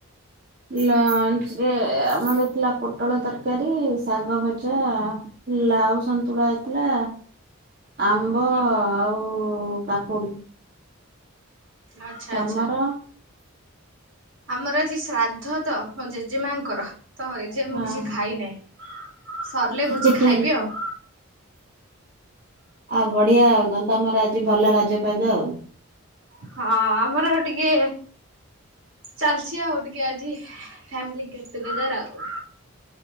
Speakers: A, on the right (about 40°); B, on the right (about 55°).
A: ଲଞ୍ଚ ରେ ଆମର ଥିଲା ପୋଟଳ ତରକାରୀ ଶାଗ ଭଜା ଲାଉ ସନ୍ତୁଳା ହେଇଥିଲା। ଆମ୍ବ
B: ହୁଁ
A: ଆଉ
B: ହୁଁ
A: କାକୁଡି।
B: ଆଛା
A: ତମର
B: ଆଛା। ଆମର ଆଜି ଶ୍ରାଦ୍ଧ ତ ମୋ ଜେଜେମାଙ୍କର। ତ ଏ ଯେ ମୁଁ
A: ଓହୋ
B: କିଛି ଖାଇ ନାହିଁ ସରିଲେ ଭୋଜି
A: ହିଁ
B: ଖାଇବି
A: ହିଁ
B: ଆଉ।
A: ଆଉ ବଢିଆ ଆଉ ତମର ଆଜି ଭଲ ରାଜପାଗ ଆଉ।
B: ହଁ ଆମର ଟିକେ ଚାଲଛି ଆଉ ଟିକେ ଆଜି ଫ୍ୟାମିଲ ଗେଟ ଟୁଗେଦର ଆଉ।